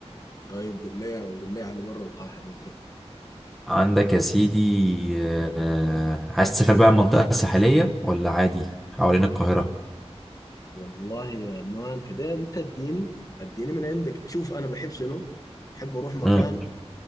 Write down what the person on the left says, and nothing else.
طيب قول لي قول لي على برا القاهره بس.
والله يا مان كده انت اديني اديني من عندك شوف انا بحب شنو بحب اروح مكان